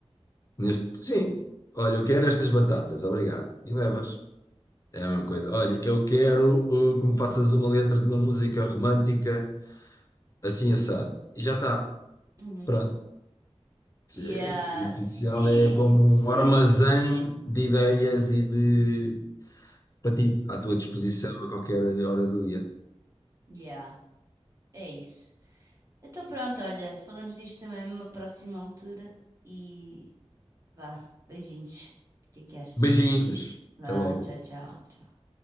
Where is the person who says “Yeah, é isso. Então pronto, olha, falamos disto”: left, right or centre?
Right